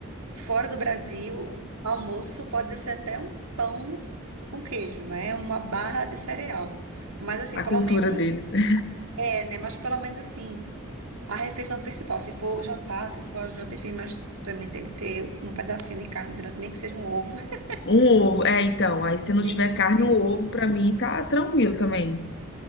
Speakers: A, on the right; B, on the left.
A: fora do Brasil, almoço pode ser até um pão com queijo, né? Uma barra de cereal. Mas assim,
B: A
A: pelo
B: cultura
A: menos,
B: deles. <laughs> né?
A: é, né? Mas pelo menos assim. A refeição principal, se for jantar, se for a janta, enfim, mas também tem que ter um pedacinho de carne durante, nem que seja um ovo. <laughs>
B: Um ovo. É, então. Aí se não
A: Tem
B: tiver
A: que
B: carne,
A: ter.
B: um ovo pra mim tá tranquilo também.